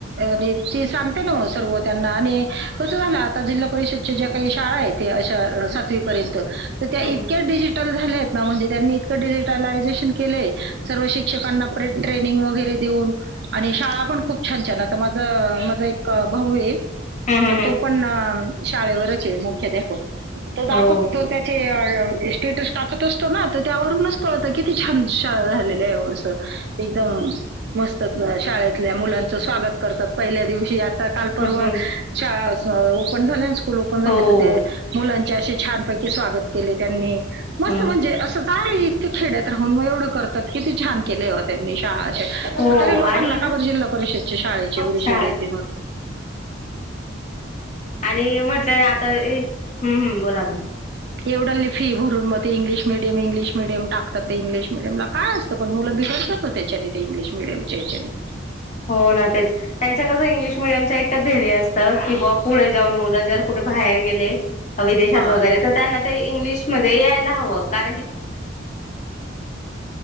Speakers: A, on the right; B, on the left.
A: अ ती सांगते ना मग सर्व त्यांना आणि कसं झाला आता जिल्हा परिषदची ज्या काही शाळा आहे अशा सातवीपर्यंत तर त्या
B: हम्म.
A: इतक्या डिजिटल झाल्यात म्हंजे त्यांनी इतक डिजिटलायझेशन केलंय सर्व शिक्षकांना ट्रेनिंग वगैरे देऊन आणि शाळा पण खूप छान छान आता माझ माझ एक भाऊ आहे
B: हम्म हम्म हम्म
A: तर
B: हम्म
A: तो पण शाळेवरच आहे मुख्याध्यापक तो दाखव
B: हो
A: तो त्याचे स्टेटस टाकत असतो ना त्यावरूनच कळतं किती छान शाळा झालेल्या एकदम मस्त शाळेतल्या मुलांचे स्वागत करतात पहिल्या दिवशी काल परवा
B: हम्म हम्म
A: शाळा ओपन झाल्या स्कूल ओपन झाल्यात
B: हो.
A: मुलांचे असे छानपैकी स्वागत केले त्यांनी मस्त
B: हम्म
A: म्हणजे अस चागलय खेड्यात राहून एवढ करतात किती छान केले हो त्यांनी शाळा
B: हो
A: तरी लोकांना
B: आणि ना
A: का बर जिल्हा परिषदच्या शाळेचे एवढी
B: शाळा
A: चीड येतय मग.
B: आणि म्हटलं आता हम्मम्म बोला बोला.
A: एवढा ल फी भरून मग ते इंग्लिश मिडीयम इंगलिश मिडियम टाकत ते इंग्लिश मिडियम ला काय असत पण मुलं भ त्याच्या ते इंग्लिश मिडियमच्या हेच्यात.
B: हो ना तेच त्यांच कसं इंग्लिश मिडियमच्या एकच ध्येर्य असतं की बा वा पुढे जाऊन मुलं जर कुठे बाहेर गेले ते विदेशात
A: हा
B: वगैरे तर त्यांना ते इंग्लिश मध्ये यायला <unintelligible> का